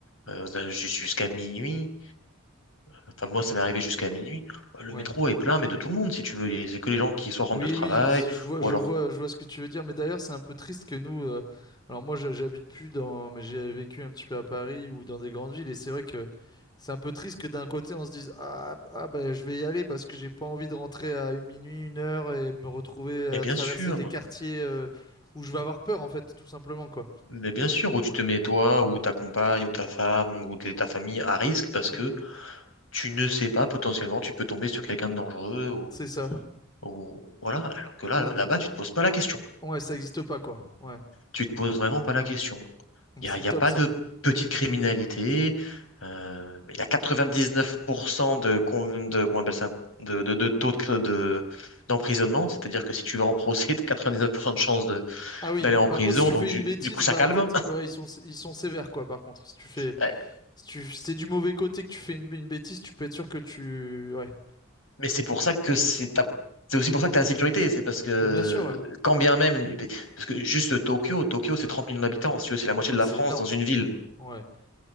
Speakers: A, on the left; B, on the left.
A: euh, jus- jusqu'à minuit. Enfin, moi, ça m'est arrivé jusqu'à minuit. Euh, Le
B: ouais.
A: métro est plein, mais de tout le monde, si tu veux. Et C'est que les gens qui soit rentrent
B: Oui,
A: de travail,
B: oui, si je vois,
A: ou
B: je
A: alors.
B: vois, je vois ce que tu veux dire. Mais d'ailleurs, c'est un peu triste que nous. euh, alors moi, je- j'habite plus dans, mais j'ai vécu un petit peu à Paris ou dans des grandes villes, et c'est vrai que c'est un peu triste que d'un côté on se dise ah, ah ben je vais y aller parce que j'ai pas envie de rentrer à une minuit, une heure et me retrouver
A: Mais
B: à
A: bien
B: traverser
A: sûr,
B: des quartiers euh, où je vais avoir peur en fait, tout simplement quoi.
A: mais bien sûr, où tu te mets toi, ou ta compagne, ou ta femme, ou de- ta famille à risque parce
B: Mm,
A: que
B: mm.
A: tu ne sais pas, potentiellement, tu peux tomber sur quelqu'un de dangereux ou,
B: C'est ça.
A: ou- voilà. Alors que là,
B: Là-
A: là-bas, tu te poses pas la question.
B: ouais, ça existe pas quoi. Ouais,
A: Tu te poses vraiment pas la question. Il
B: c'est
A: n'y a, il y
B: top
A: a pas
B: ça.
A: de petite criminalité. Euh, Il y a 99% de, con- de comment on appelle ça, de, de, de taux de, de- d'emprisonnement. C'est-à-dire que si tu vas en procès, tu as 99% de chances de-
B: Ah oui.
A: d'aller en
B: Par
A: prison.
B: contre, si tu
A: Donc,
B: fais
A: du,
B: une bêtise,
A: du coup, ça
B: bah
A: calme.
B: en fait, ouais, ils sont, ils sont sévères quoi. Par contre, si tu fais
A: <laughs>
B: Si tu, si t'es du mauvais côté que tu fais une, une bêtise, tu peux être sûr que tu... Ouais.
A: Mais c'est pour ça que c'est ta- c'est aussi pour ça que tu as la sécurité. C'est parce que,
B: Bah, bien sûr, ouais.
A: quand bien même, parce que juste Tokyo, Tokyo, c'est 30 millions d'habitants. Si tu veux, c'est la moitié de
B: Ah,
A: la
B: C'est
A: France
B: énorme.
A: dans une ville.
B: Ouais.